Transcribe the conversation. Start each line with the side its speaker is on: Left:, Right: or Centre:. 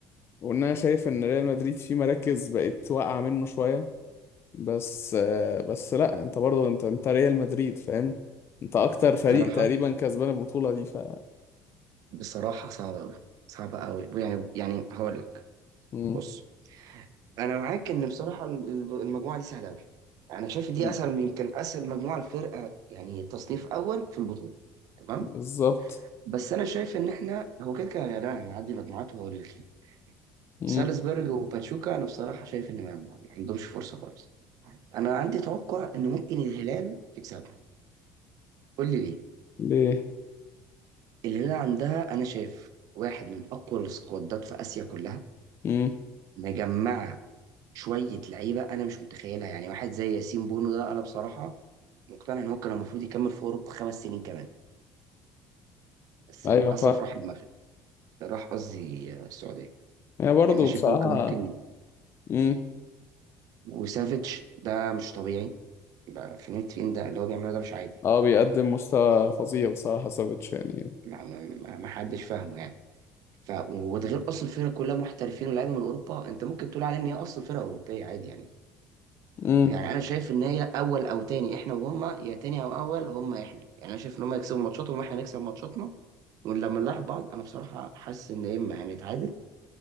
Left: وان انا شايف ان ريال مدريد فيه مراكز بقت واقعة منه شوية بس آه، بس لا انت برضه انت انت ريال مدريد فاهم انت اكتر فريق
Right: بصراحه
Left: تقريبا كسبان البطولة دي ف
Right: بصراحه صعبه قوي صعبه قوي يعني يعني هقول لك
Left: مم.
Right: بص انا معاك ان بصراحه ال- المجموعه دي سهله قوي انا شايف دي
Left: مم.
Right: اسهل من- يمكن اسهل مجموعه الفرقه يعني تصنيف اول في البطوله تمام
Left: بالظبط
Right: بس انا شايف ان احنا هو كده كده يعني هنعدي مجموعات وهقول لك ليه.
Left: مم.
Right: سالزبورج وباتشوكا انا بصراحه شايف ان ما ما عندهمش فرصه خالص انا عندي توقع ان ممكن الهلال يكسبها قول لي ليه
Left: ليه
Right: الهلال عندها انا شايف واحد من اقوى السكوادات في اسيا كلها
Left: مم.
Right: مجمعه شويه لعيبه انا مش متخيلها يعني واحد زي ياسين بونو ده انا بصراحه مقتنع ان هو كان المفروض يكمل في اوروبا خمس سنين كمان بس
Left: ايوه
Right: للاسف
Left: ف
Right: راح المغرب راح قصدي السعوديه
Left: يعني برضه
Right: يعني انا شايف
Left: بصراحة
Right: ان هو كان ممكن
Left: مم.
Right: وسافيتش ده مش طبيعي بقى فلورنتين ده اللي هو بيعمله ده مش عادي
Left: اه بيقدم مستوى فظيع بصراحة سافيتش يعني
Right: ما ما- ما- ما حدش فاهمه يعني ف وده غير اصلا الفرقه كلها محترفين ولاعيبه من اوروبا انت ممكن تقول عليها ان هي اصلا فرقه اوروبيه عادي يعني
Left: مم.
Right: يعني انا شايف ان هي اول او تاني احنا وهم يا تاني او اول هم احنا يعني انا شايف ان هم يكسبوا ماتشاتهم واحنا نكسب ماتشاتنا ولما نلعب بعض انا بصراحه حاسس ان يا اما هنتعادل